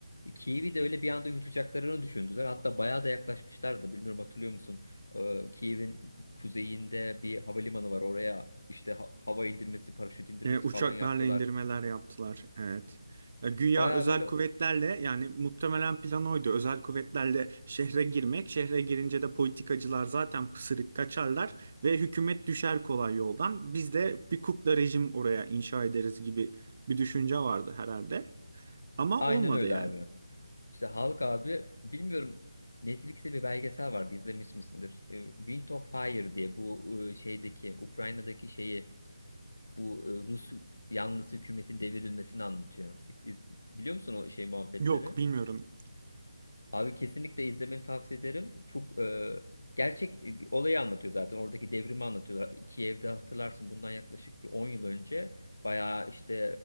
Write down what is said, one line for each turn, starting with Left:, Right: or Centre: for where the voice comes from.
Left: Kiev'i de öyle bir anda yutacaklarını düşündüler. Hatta bayağı da yaklaşmışlardı. Bilmiyorum hatırlıyor musun? Ee, Kiev'in ku- kuzeyinde bir havalimanı var. Oraya işte ha- hava indirmesi, paraşüt indirmesi
Right: E, uçaklarla
Left: falan yaptılar.
Right: indirmeler yaptılar. Evet. E, güya
Left: Bayağı
Right: özel
Left: böyle
Right: kuvvetlerle yani muhtemelen plan oydu. Özel kuvvetlerle şehre girmek. Şehre girince de politikacılar zaten pısırık kaçarlar ve hükümet düşer kolay yoldan. Biz de bir kukla rejim oraya inşa ederiz gibi bir düşünce vardı herhalde. Ama
Left: aynen
Right: olmadı
Left: öyle
Right: yani.
Left: abi. İşte halk abi bilmiyorum Netflix'te bir belgesel vardı izlemiş misindir? Ee, Wind of Fire diye bu e, şeydeki Ukrayna'daki şeyi bu e, Rus yanlısı hükümetin devrilmesini anlatıyor. İz- Biliyor musun o şey muhabbetleri?
Right: Yok bilmiyorum.
Left: Abi kesinlikle izlemeni tavsiye ederim. Çok e, gerçek e, bir olayı anlatıyor zaten. Oradaki devrimi anlatıyorlar. İki evde hatırlarsın bundan yaklaşık bir 10 yıl önce bayağı işte